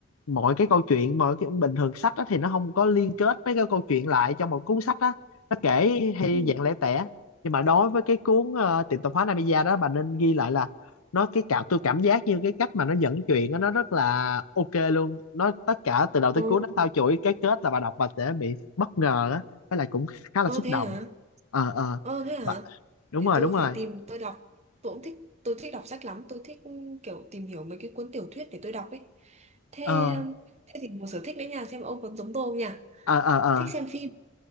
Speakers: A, on the left (about 80°); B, on the right (about 30°).
A: mọi cái câu chuyện mọi cái bình thường sách á thì nó không có liên kết mấy cái câu chuyện lại trong một cuốn sách á nó kể hay
B: Ừ.
A: dạng lẻ tẻ nhưng mà đối với cái cuốn ờ, tiệm tạp hóa Namiya đó bà nên ghi lại là nó cái cảm tôi cảm giác như cái cách mà nó dẫn chuyện á, nó rất là ok luôn nó tất cả từ đầu tới
B: Ừ.
A: cuối nó tao chuỗi cái kết là bà đọc bà sẽ bị bất ngờ á với lại cũng khá là
B: Ơ
A: xúc
B: thế
A: động
B: hả?
A: ờ ờ
B: ờ thế hả?
A: bà- đúng
B: Để
A: rồi
B: tôi
A: đúng rồi
B: phải tìm tôi đọc. Tôi cũng thích tôi thích đọc sách lắm, tôi thích ừ, kiểu tìm hiểu mấy cái cuốn tiểu thuyết để tôi đọc ấy. Thế
A: ờ
B: um, thế thì một sở thích đấy nha, xem ông còn giống tôi không nhỉ?
A: ờ ờ ờ
B: Thích xem phim.